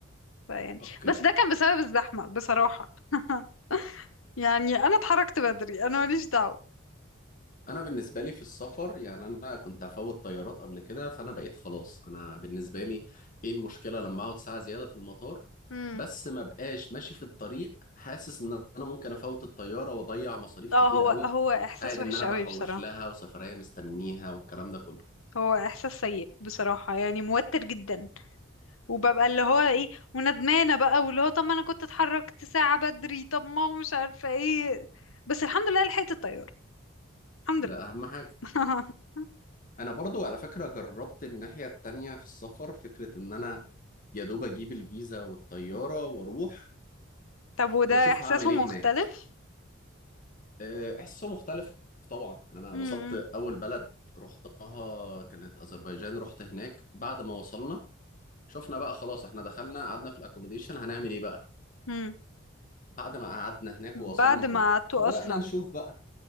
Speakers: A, on the left (about 85°); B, on the left (about 40°).
A: فيعني
B: اوكي
A: بس ده كان بسبب الزحمة بصراحة <laughs> يعني أنا اتحركت بدري أنا ماليش دعوة
B: انا بالنسبة لي في السفر يعني انا كنت هفوت طيارات قبل كده فانا بقيت خلاص انا بالنسبة لي ايه المشكلة لما اقعد ساعة زيادة في المطار
A: امم
B: بس ما بقاش ماشي في الطريق حاسس ان انا ممكن افوت الطياره واضيع مصاريف
A: اه
B: كتير
A: هو
B: قوي
A: هو إحساس
B: قاعد
A: وحش
B: ان انا
A: قوي
B: بحوش
A: بصراحة
B: لها وسفريه مستنيها والكلام ده كله
A: هو إحساس سيء بصراحة يعني موتر جدا وببقى اللي هو إيه وندمانة بقى واللي هو طب ما أنا كنت اتحركت ساعة بدري طب ما هو مش عارفة إيه بس الحمد لله لحقت الطيارة الحمد
B: ده اهم حاجه
A: لله <laughs>
B: انا برضو على فكره جربت الناحيه التانية في السفر فكره ان انا يا دوب اجيب الفيزا والطياره واروح
A: طب وده
B: واشوف
A: إحساسه
B: هعمل ايه
A: مختلف
B: هناك أه، احساسه مختلف طبعا يعني انا
A: امم
B: وصلت اول بلد رحتها كانت اذربيجان رحت هناك بعد ما وصلنا شفنا بقى خلاص احنا دخلنا قعدنا في الاكوموديشن هنعمل ايه بقى
A: امم
B: بعد ما قعدنا هناك
A: بعد
B: ووصلنا
A: ما
B: هناك
A: قعدتوا
B: فبدأنا
A: أصلا
B: نشوف بقى